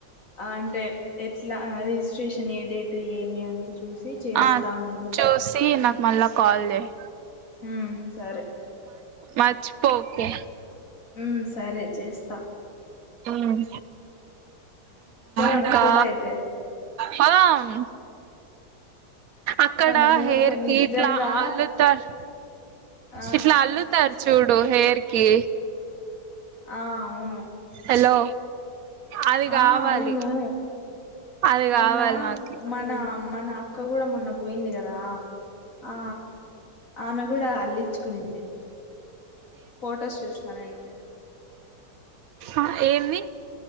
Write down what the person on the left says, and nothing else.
అంటే ఎట్లా అది స్ స్టుషన్ ఏ డేట్ ఏమి అంత చూసి చేస్తా
నేను
హ్మ్ సరే
హుమ్ సరే చేస్తా
పోదామా
గోవా అయితే
మనము
నిజంగా
ఆ
ఆ అవును
ఆ
అవును
మొన్న
మన మన అక్క కూడా మొన్న పోయింది కదా ఆ ఆమె కూడా అల్లిచ్చుకునింది ఫొటోస్ చూసిన నేను